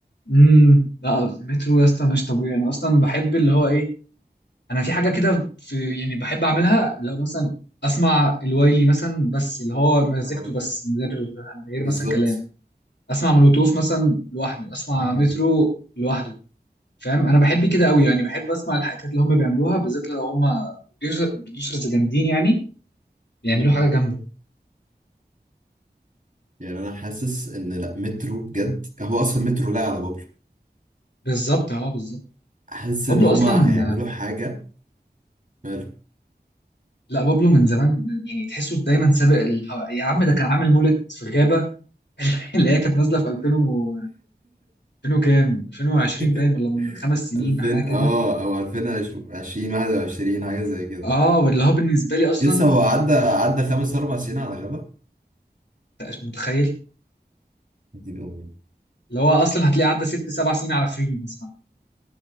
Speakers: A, on the left; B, on the right.
A: امم لا مترو يا اسطى مش طبيعي انا اصلا بحب اللي هو ايه انا في حاجه كده في يعني بحب اعملها لو مثلا اسمع الوايلي مثلا بس اللي هو مزيكته
B: اه
A: بس من غير من غير
B: بالظبط
A: مثلا كلام اسمع مولوتوف مثلا لوحده اسمع
B: مم.
A: مترو لوحده فاهم انا بحب كده قوي يعني بحب اسمع الحاجات اللي هم بيعملوها بالذات لو هم بروديوسرز جامدين يعني بيعملوا
B: مم.
A: حاجه جامده
B: يعني انا حاسس ان لا مترو بجد هو اصلا مترو لا على بابلو
A: بالظبط اه بالظبط
B: حاسس
A: بابلو
B: ان هما
A: اصلا
B: هيعملوا حاجه ماله
A: لا بابلو من زمان يعني تحسه دايما سابق الح... يا عم ده كان عامل مولد في غابه <laughs> اللي هي كانت نازله في 2000 و 2000 وكام 2020
B: <laughs>
A: باين ولا من خمس سنين
B: 2000
A: حاجه كده
B: اه او 2020 21 حاجه زي كده
A: اه واللي هو بالنسبه لي اصلا
B: لسه هو عدى عدى خمس اربع سنين على غابه
A: مش متخيل
B: دين امي
A: اللي هو اصلا هتلاقيه عدى ست سبع سنين على فري مثلا